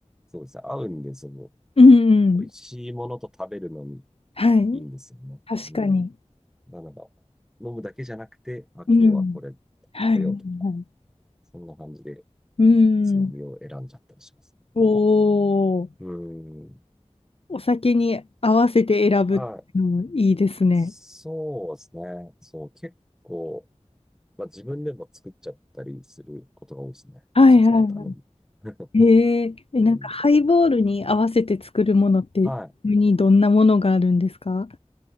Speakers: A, in the centre; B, on the left.
A: そうですね、合うんで、その、
B: うんうん。
A: 美味しいものと食べるのに
B: はい。
A: いいんですよね。
B: 確かに。
A: うん。なので、飲むだけじゃなくて、あ、今日はこれ
B: うん。はいはいはい。
A: 食べようとか、そんな感じで
B: うん。
A: つまみを選んじゃったりしますね。
B: おー。
A: はいうん。
B: お酒に合わせて選ぶっていうのもいいですね。
A: はい。そうですね。そう、結構、まあ、自分でも作っちゃったりすることが多いですね。
B: はいはいは
A: お酒のために。<laughs>
B: い。へえ。え、
A: うん
B: なんかハイボールに合わせて作るものって、
A: はい。
B: にどんなものがあるんですか